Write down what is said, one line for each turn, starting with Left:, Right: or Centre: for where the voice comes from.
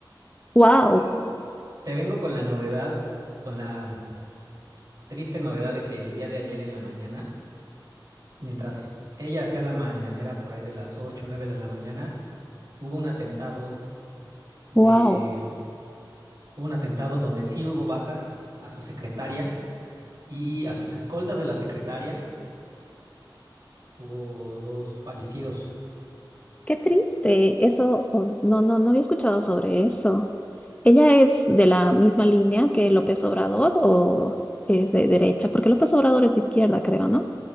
Left: Wow,
Right: Y te vengo con la novedad, con la triste novedad de que el día de ayer en la mañana, mientras ella hacía la mañanera por ahí de las 8, o 9 de la mañana, hubo un atentado de,
Left: wow.
Right: hubo un atentado donde sí hubo bajas a su secretaria y a sus escoltas de la secretaria. Hubo dos fallecidos
Left: Qué triste, eso, oh, no, no, no había escuchado sobre eso. ¿Ella es de la misma línea que López Obrador o es de derecha? Porque López Obrador es de izquierda, creo, ¿no?